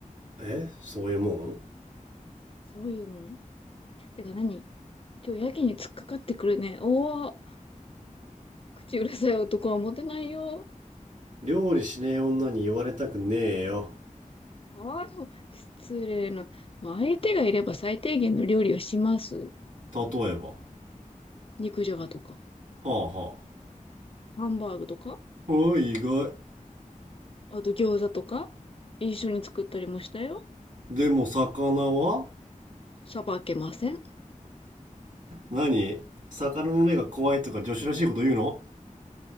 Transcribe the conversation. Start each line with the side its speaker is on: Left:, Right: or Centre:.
Right: えそういうもん
Left: ん。そういうもん。てか何今日やけに突っかかってくるね。おお、口うるさい男はモテないよ。
Right: 料理しねえ女に言われたくねえよ。
Left: ああ、そう失礼な。相手がいれば最低限の料理をします。
Right: 例えば。は
Left: 肉じゃがとか、
Right: あはあ。
Left: ハンバーグとか、
Right: おい、意外。
Left: あと餃子とか、一緒に作ったりもしたよ。
Right: でも、魚は
Left: さばけません。
Right: 何魚の目が怖いとか女子らしいこと言うの